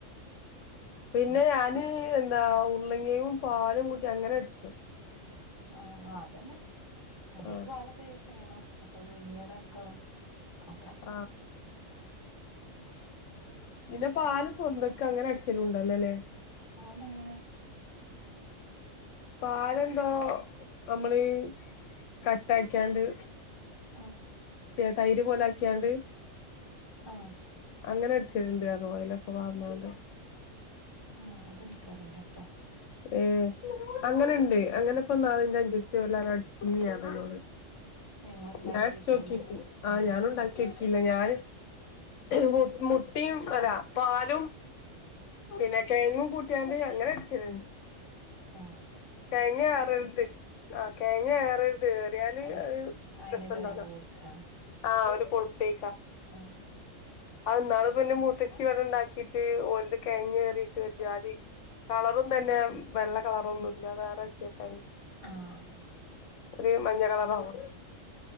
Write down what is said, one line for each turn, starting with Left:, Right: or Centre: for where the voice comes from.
Left: പിന്നെ
Right: അ
Left: ഞാന് എ ന്താ ഉർളക്കിഴങ്ങും പാലും കുട്ടി അങ്ങനട്ച്ചും.
Right: ആഹ് അതെന്നെ അതിക്ക്
Left: ആഹ്
Right: പാലൊക്കെ യൂസ് ചെയ്യണം മുട്ട പുഴ്ങ്ങിതാക്കണം. അത്രേ
Left: ആഹ് പിന്നെ പാല് സ്വന്തക്ക് അങ്ങനട്ച്ചലുണ്ടല്ലോ ല്ലെ
Right: പാലെങ്ങനെ
Left: പാലെന്തോ നമ്മള് കട്ടാക്കിയാണ്ട്
Right: ആ
Left: തൈര് പോലെ ആക്കിയാണ്ട്
Right: ആഹ്
Left: അങ്ങനെ അടിച്ചിടൽണ്ട്റ്ന് ഞ്ഞ് ഓയലൊക്കെ പാർന്നാണ്ട്
Right: ആ അത്ൻക്കറീല്ലട്ടോ
Left: ഏ അങ്ങനെണ്ട് അങ്ങനെപ്പോ ഞാനും അഞ്ചത്തിയെല്ലാരും അടിച്ചിനി അറിഞ്ഞ്ന്നോട്
Right: ഞങ്ങൾ ഉണ്ടാക്കി
Left: ഞാടചോക്കിട്ടി
Right: നോക്കിയില്ല
Left: ആ
Right: ആഹ്
Left: ഞാനു ഇണ്ടാക്കിയോക്കി ഇല്ല ഞാൻ മു മുട്ടും അല്ല പാലും പിന്നെ കെഴങ്ങും കൂട്ടിയാണ്ട് അങ്ങനെ അട്ല്ണ്ട്
Right: ആ
Left: തേങ്ങ അററ്ത് ആ കയ്ഞ്ഞ ഏറ് റിയാല്
Right: ആഹ്
Left: അത്
Right: അയിന്
Left: രസണ്ടാവൂല
Right: ചൊയ കൂടുതൽ ആഹ്
Left: ആ ഒര് കൊപ്പേ
Right: ആഹ്
Left: അഹ് ന്നാള്പ്പന്റെ മൂത്തച്ചി ഇവടെ ണ്ടാക്കിട്ട് ഓ കെയങ്ങേറീട്ട് ഒര്ജാതി കളറും തന്നെ വെള്ള കളറൊന്നു ഇല്ലെ വേറെര്ച്ചേക്കായി
Right: ആഹ്
Left: ഒരു മഞ്ഞ കളറ ആവു